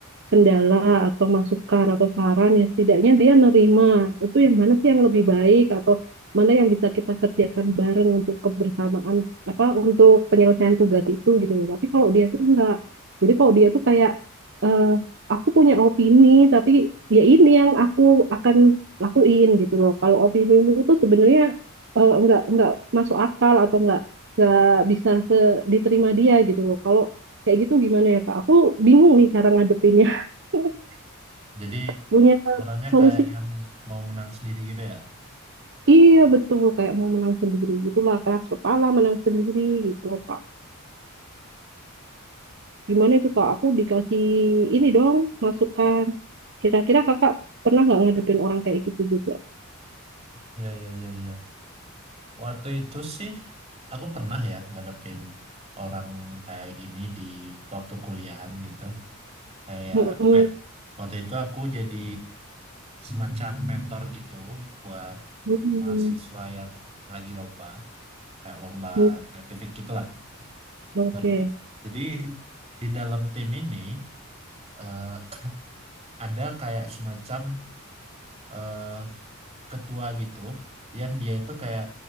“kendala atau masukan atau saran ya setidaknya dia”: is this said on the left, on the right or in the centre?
Right